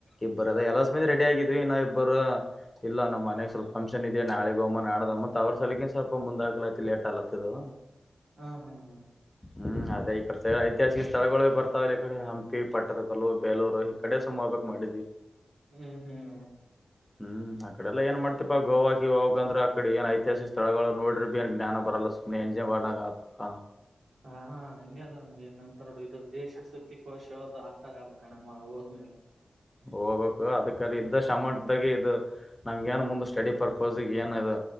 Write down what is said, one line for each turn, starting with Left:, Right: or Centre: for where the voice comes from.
Left: ಇಬ್ಬರು ಅದ ಎಲ್ಲ ಸಮೇ ರೆಡಿ ಆಗಿದ್ವಿ ಇನ್ನಾ ಇಬ್ಬರು ಇಲ್ಲ ನಮ್ಮ ಮನ್ಯಗ್ ಸ್ವಲ್ಪ ಫಂಕ್ಷನ್ ಇದೆ ನಾಳೆಗೂಗಮ್ಮ ನಡದ ನಾಡದಹೊಗಮ್ಮ ಅವರ್ ಸಾಲಿಗೆ ಸ್ವಲ್ಪ ಮುಂದ ಹಾಕ್ಲೈತಿ ಲೇಟ್ ಆಲತ್ತ ಇದು
Right: ಹಾ ಹಾ ಹೆ.
Left: ಹ್ಮ್ ಅದೇ ಐತಿಹಾಸಿಕ ಸ್ಥಳಗಳು ಬರ್ತಾವ ಇಲ್ಲ ಈ ಕಡೆ ಹಂಪಿ ಪಟ್ಟದಕಲ್ಲು ಬೇಲೂರು ಈ ಕಡೆ ಸುಮ್ ಹೋಬೇಕ್ ಮಾಡಿದ್ವಿ
Right: ಹ್ಮ್ ಹ್ಮ್ಹ.
Left: ಹ್ಮ್ ಆಕಡೆ ಎಲ್ಲ ಏನ್ ಮಾಡ್ತಿಪಾ ಗೋವಾ ಗಿವಾ ಹೊಕಂದ್ರ ಆ ಕಡೆ ಏನ್ ಐತಿಹಾಸಿಕ ಸ್ಥಳಗಳು ನೋಡ್ರಿ ಬಿ ಏನು ಜ್ಞಾನ ಬರಲ್ ಸುಮ್ ಮೆಂಜ ಬರ್ಡೇಗಾಗುತ್ತ.
Right: ಹಾ ಹಿಂಗಗೆ ಅದಣ ಏನಂತ ನೋಡು ಇದು ದೇಶ ಸುತ್ತಿ ಕೋಶೋದು ಆತರ ಅವ. ಕಣಮ್ಮ ಹೋದ್ಮೇ ಅಲ್ಲ.
Left: ಹೋಗಕು ಅದಕ್ಕಲ್ಲಿ ಇದ್ದಷ್ಟ ಅಮೌಂಟ್ಗೆ ಇದು. ನಮ್ಗ ಏನ್ ಮುಂದ ಸ್ಟಡಿ ಪರ್ಪಸ್ಗೆ ಏನ್ ಇದು